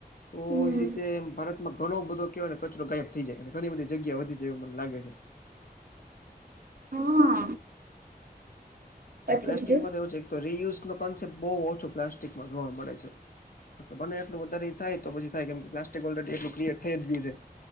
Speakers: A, on the left; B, on the right.
A: તો
B: હમ
A: તે ભારતમાં ઘણો બધો કહેવાય કચરો ગાયબ થઈ જાય અને ઘણી બધી જગ્યા વધી જાય એવું મને લાગે છે.
B: હા. પછી
A: પ્લાસ્ટિકમાં
B: બીજું
A: તોવ છે રીયુઝ ન કોન્સેપ બહુ ઓછો પ્લાસ્ટિકમાં જોવા મળે છે. બને એટલું વધારે થાય તો પછી થાય કે પ્લાસ્ટિક ઓલરેડી એટલું ક્રિએટ થઈ જ ગયું છે.